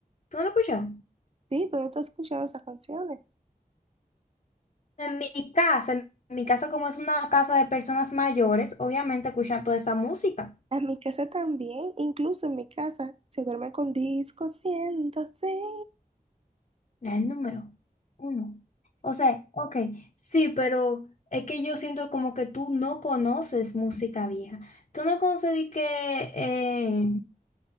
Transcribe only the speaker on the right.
Sí, ¿dónde tú has escuchado esas canciones?
En mi casa también, incluso en mi casa, se duerme con disco 106.